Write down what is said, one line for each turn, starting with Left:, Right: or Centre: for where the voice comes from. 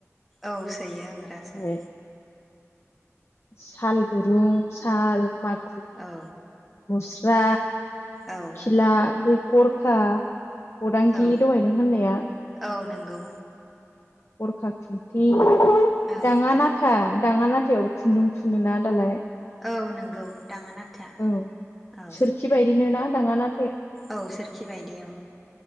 Centre: औ सोयो
Left: ओमफ्राय
Centre: आं रासोआव।
Left: साल दुरुं साल माग
Centre: औ
Left: मुस्रा
Centre: औ
Left: खिला बेै गरखा गदांगि
Centre: औ
Left: दहाय नों होननाया
Centre: औ नोंगौ
Left: गरखा खुन्थि
Centre: औ
Left: दाङा नाथा दाङा नाथायावबो खुन्दुं थुुनोना दालाय
Centre: औ नोंगौ दाङा नाथा
Left: औ
Centre: औ
Left: सोरखि बायदिनो ना दाङा ना
Centre: औ सोरखि बायदि औ